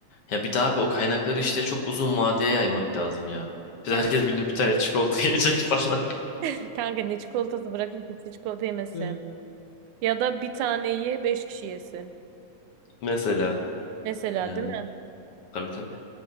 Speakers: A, on the left; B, on the right.
A: Ya bir daha abi o kaynakları işte çok uzun vadeye yaymak lazım ya. Biz
B: Evet.
A: herkes günde bir tane çikolata <laughs> yiyecek falan.
B: <laughs> Kanka ne çikolatası bırakın kimse çikolata yemesin.
A: Evet.
B: Ya da bir taneyi beş kişi yesin.
A: Mesela
B: Mesela
A: yani
B: değil mi?
A: tabii tabii.